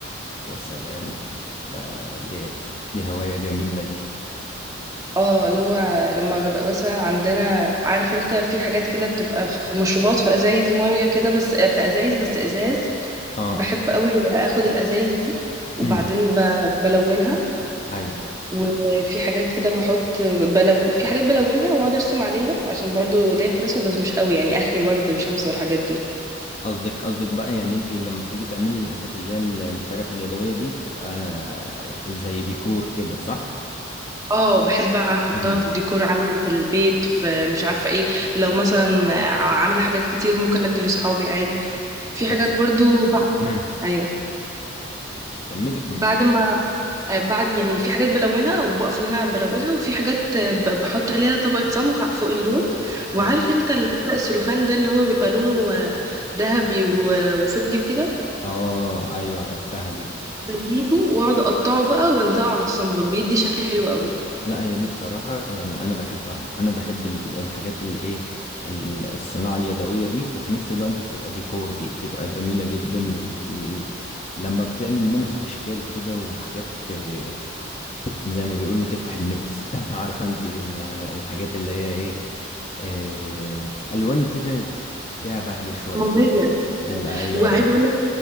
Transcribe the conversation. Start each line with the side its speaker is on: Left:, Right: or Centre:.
Left: يا سلام ده دي دي هواية جميلة دي
Right: اه اللي هو لما بيبقى مثلا عندنا عارف انت في حاجات كده بتبقى في مشروبات في أزايز مية كده بس في أزايز بس إزاز
Left: اه
Right: بحب قوي أخد الأزايز دي وبعدين
Left: <clears throat> أمم،
Right: ب- بلونها
Left: ايوه
Right: وفي حاجات كده بحط بلون في حاجات بلونها واقعد ارسم عليها عشان برضو ليا في الرسم بس مش قوي يعني اخري ورد وشمس والحاجات دي
Left: قصدك قصدك بقى يعني انت لما بتيجي تعملي الحاجات اللي هي ال- الحرف اليدوية دي بتبقى زي ديكور كده صح؟
Right: اه بحب احطها
Left: أمم،
Right: في ديكور عندي في البيت في مش عارفه ايه لو مثلا عامله حاجات كتير ممكن ادي لاصحابي عادي في
Left: بس
Right: حاجات برضو بعد
Left: أمم،
Right: ايوه
Left: كملي كملي
Right: بعد ما بعد يعني في حاجات بلونها وبقف ان انا بلونها وفي حاجات ب- بحط عليها طبقه صمغ فوق اللون وعارف
Left: ايوه
Right: انت الورق السلوفان ده اللي هو بيبقى لونه ذهبي و- وفضي وكده
Left: اه ايوه عرفتها دي
Right: بجيبه واقعد اقطعه بقى والزقه على الصمغ بيدي شكل حلو قوي
Left: لا هي دي بصراحة يعني أنا بحبها أنا بحب ال- الحاجات اللي إيه ال- الصناعة اليدوية دي وفي نفس الوقت بتبقى ديكور دي بتبقى جميلة جدا وهي لما بتعمل منها أشكال كده وحاجات آه، زي ما بيقولوا تفتح النفس <laughs> عارفة أنت ال- الحاجات اللي هي إيه آه، ألوان كده فيها بهجة شوية
Right: مبهجة
Left: ال-
Right: أيوة.
Left: أيوه
Right: وعايزة
Left: ال-
Right: اقول